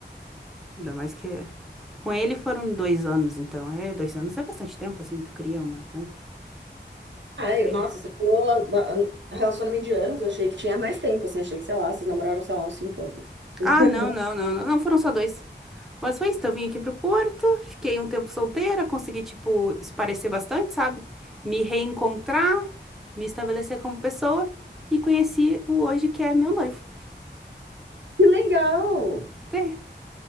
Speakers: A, in the centre; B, on the right (about 80°).
A: ainda mais que... é- Com ele foram dois anos, então, é, dois anos é bastante tempo, assim, tu cria uma, né?
B: Ai,
A: É.
B: nossa, você falou da- relacionamento de anos, eu achei que tinha mais tempo, assim, achei que, sei lá, vocês namoraram, sei lá, uns cinco anos. <laughs>
A: Ah, não, não, não, não, não, foram só dois. Mas foi isso, então eu vim aqui pro Porto, fiquei um tempo solteira, consegui, tipo, esparecer bastante, sabe? Me reencontrar, me estabelecer como pessoa e conheci o hoje que é meu noivo.
B: Que legal!
A: É.